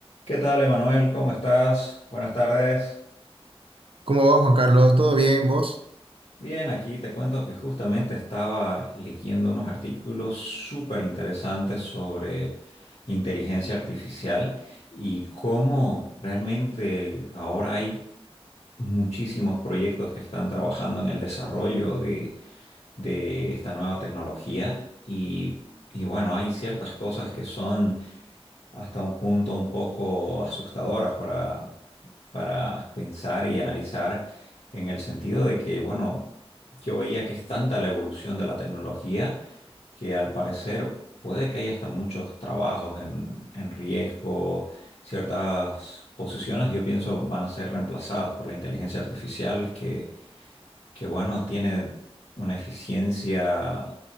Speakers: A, on the left (about 75°); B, on the right (about 60°).
A: ¿Qué tal, Emanuel? ¿Cómo estás? Buenas tardes.
B: ¿Cómo va Juan Carlos? ¿Todo bien vos?
A: Bien, aquí te cuento que justamente estaba leyendo unos artículos súper interesantes sobre inteligencia artificial y cómo realmente ahora hay muchísimos proyectos que están trabajando en el desarrollo de, de esta nueva tecnología y, y bueno, hay ciertas cosas que son hasta un punto un poco asustadoras para, para pensar y analizar en el sentido de que, bueno, yo veía que es tanta la evolución de la tecnología que al parecer puede que haya hasta muchos trabajos en, en riesgo, ciertas posiciones yo pienso van a ser reemplazadas por la inteligencia artificial que que bueno, tiene una eficiencia,